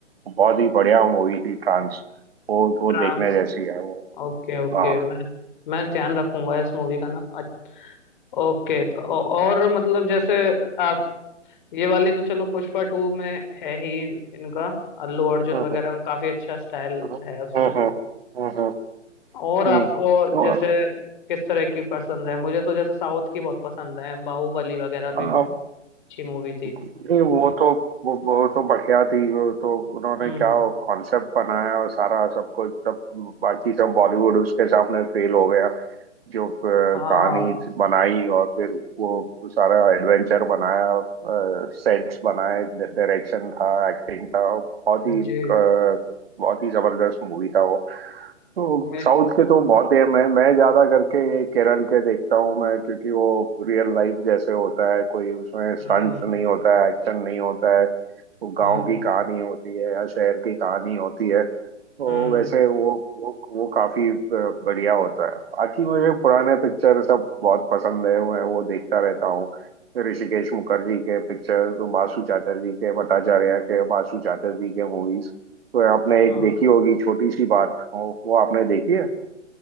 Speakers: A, on the right; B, on the left.
A: बहुत ही बढ़िया मूवी थी ट्रांस वो वो
B: ट्रांस
A: देखने जैसी है वो
B: ओके ओके
A: हाँ
B: मैं मैं ध्यान रखूंगा इस मूवी का नाम अच्छ- ओके तो औ- और मतलब जैसे आप ये वाली तो चलो पुष्पा टू में है ही इन- इनका अल्लू अर्जुन
A: हाँ
B: वगैरह का काफी अच्छा स्टाइल
A: हम्म
B: है उसमें
A: हम्म हम्म
B: और
A: हम्म।
B: आपको
A: तो
B: जैसे किस तरह की पसंद है मुझे तो जैसे साउथ की बहुत पसंद है बाहुबली वगैरह
A: आ,
B: भी बहुत अच्छी मूवी थी
A: नहीं वो तो वो, वो तो बढ़िया थी वो तो उन्होंने
B: हम्म
A: क्या कॉन्सेप्ट बनाया और सारा सब कुछ सब बाकी सब बॉलीवुड उसके सामने फेल हो गया जो अ,
B: हाँ
A: कहानी बनाई और फिर वो सारा एडवेंचर बनाया सेट्स बनाए डायरेक्शन था एक्टिंग था बहुत ही अ,
B: जी
A: बहुत ही जबरदस्त मूवी था वो तो
B: मैं
A: साउथ के तो बहुत ही मैं मैं ज्यादा करके ये केरल के देखता हूँ मैं क्योंकि वो रियल लाइफ जैसे होता है कोई उसमें
B: हम्म
A: स्टंट नहीं होता है एक्शन नहीं होता है वो
B: हम्म
A: गांव की कहानी होती है या शहर की कहानी होती है तो
B: हम्म
A: वैसे
B: हम्म,
A: वो वो वो काफी अ, बढ़िया होता है बाकी मुझे पुराने पिक्चर सब बहुत पसंद है मैं वो देखता रहता हूँ ऋषिकेश मुखर्जी के पिक्चर बासु चैटर्जी के भट्टाचार्य के बासु चैटर्जी के मूवीज तो आपने
B: हाँ
A: एक देखी होगी छोटी सी बात वो वो आपने देखी है